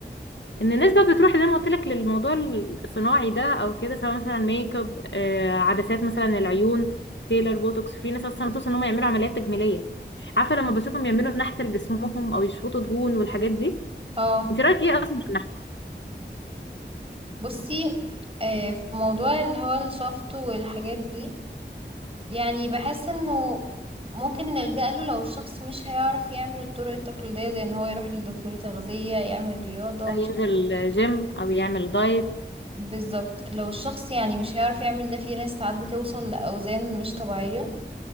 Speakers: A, on the left (about 75°); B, on the right (about 30°).
A: إن الناس بقى بتروح زي ما قلت لك للموضوع الصناعي ده أو كده سواء مثلا ميك اب آه عدسات مثلا العيون فيلر بوتوكس في ناس أصلا بتوصل إن هم يعملوا عمليات تجميلية عارفة لما بشوفهم يعملوا نحت لجسمهم أو يشفطوا دهون والحاجات دي
B: اه
A: أنت رأيك إيه أصلا في النحت؟
B: بصي إيه في موضوع اللي هو الشفط والحاجات دي يعني بحس انه ممكن نلجأ له لو الشخص مش هيعرف يعمل الطرق التقليدية زي ان هو يروح لدكتور تغذية يعمل رياضة
A: ينزل
B: مش عارف
A: جيم أو يعمل دايت
B: بالظبط لو الشخص يعني مش هيعرف يعمل ده في ناس ساعات بتوصل لأوزان مش طبيعية